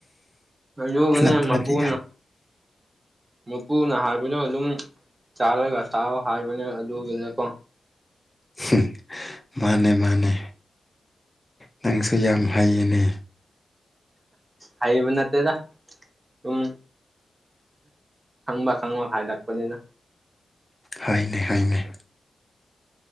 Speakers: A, on the right; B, on the left.
A: ꯑꯗꯨꯒꯅꯦ
B: ꯅꯠꯇ꯭ꯔꯗꯤ
A: ꯃꯄꯨꯅ ꯃꯄꯨꯅ ꯍꯥꯏꯕꯗꯣ ꯑꯗꯨꯝ ꯆꯥꯔꯒ ꯆꯥꯑꯣ ꯍꯥꯏꯕꯅꯦ ꯑꯗꯨꯒꯤꯅꯦꯀꯣ
B: ꯍꯝ ꯃꯥꯅꯦ ꯃꯥꯅꯦ ꯅꯪꯁꯨ ꯌꯥꯝ ꯍꯩꯌꯦꯅꯦ
A: ꯍꯥꯏꯕ ꯅꯠꯇꯦꯗ ꯁꯨꯝ ꯈꯪꯕ ꯈꯪꯕ ꯍꯥꯏꯔꯛꯄꯅꯤꯅ
B: ꯍꯥꯏꯅꯦ ꯍꯥꯏꯅꯦ